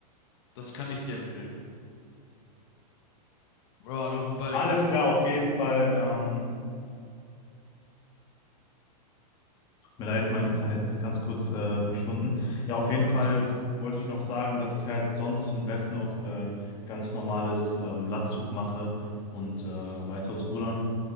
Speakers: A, on the left; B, on the left.
A: Das kann ich dir empfehlen. Bro, du hast uns beide
B: Alles
A: gefickt.
B: klar, auf jeden Fall. Ähm, tut mir leid, mein Internet ist ganz kurz äh, verschwunden. Ja, auf
A: Ja,
B: jeden Fall
A: alles gut.
B: wollte ich noch sagen, dass ich halt sonst im Rest noch äh, ganz normales ähm, Latzug mache und äh, weiteres Rudern.